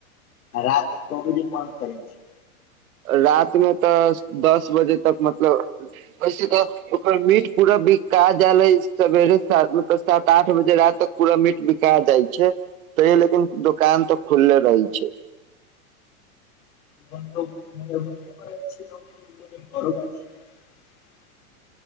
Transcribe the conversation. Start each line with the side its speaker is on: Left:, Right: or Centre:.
Left: रात क बजे बन्द करै छी
Right: राति मे तऽ दस बजे तक मतलब वैसे तऽ ओकर मीट पूरा बिका जाले सवेरे मतलब सात आठ बजे रात तक पूड़ा मीट बिका जाइ छै तयौ लेकिन दुकान तऽ खुलले रही छै
Left: <unintelligible>